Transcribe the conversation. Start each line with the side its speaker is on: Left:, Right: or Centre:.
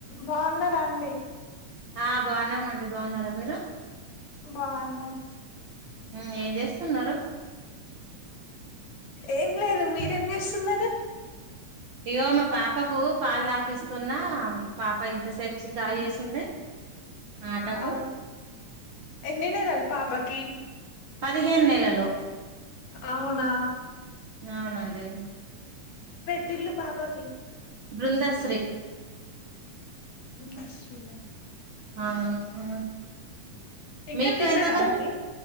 Left: బన్నరాండి
Right: ఆ బాగున్నామండి బాన్నారా మీరు
Left: బాన్నం
Right: ఉమ్ ఏం జేస్తున్నరు
Left: ఏం లేదు మీరేం చేస్సున్నరు
Right: ఇగో మా పాపకూ పాల్తపిస్తున్నా పాప ఇంతసేపు చీకాకు చేసిండే ఆటకు
Left: ఆ ఎన్నినెలలు పాపకి
Right: పదిహేన్ నెలలు
Left: ఔనా
Right: ఔనండి
Left: టిల్లు పాపకి
Right: బృందశ్రీ
Left: దశ్రీ ఆ
Right: ఆ అ
Left: ఇంకా
Right: మీకు
Left: తిన్నారా
Right: ఎంత ప
Left: మరి